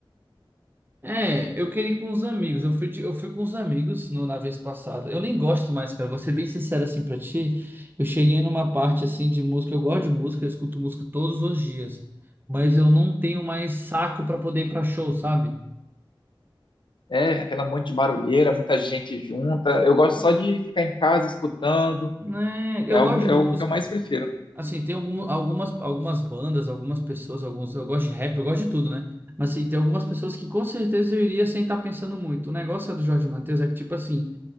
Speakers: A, on the right (about 20°); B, on the left (about 60°).
A: É, eu queria ir com os amigos. Eu fui, de- eu fui com os amigos no- na vez passada. Eu nem gosto mais, cara. Vou ser bem sincero assim pra ti. Eu cheguei numa parte assim de música. Eu gosto de música, eu escuto música todos os dias. Mas eu não tenho mais saco pra poder ir pra show, sabe?
B: É, aquela monte de barulheira, muita gente junta. Eu gosto
A: Hum.
B: só de ficar em casa escutando
A: É,
B: É
A: eu
B: o,
A: gosto
B: é
A: de música.
B: o que eu mais prefiro.
A: Assim, tem algum- algumas, algumas bandas, algumas pessoas, alguns. Eu gosto de rap, eu gosto de tudo, né? Mas assim, tem algumas pessoas que com certeza eu iria sem estar pensando muito. O negócio é do Jorge Mateus é que, tipo assim,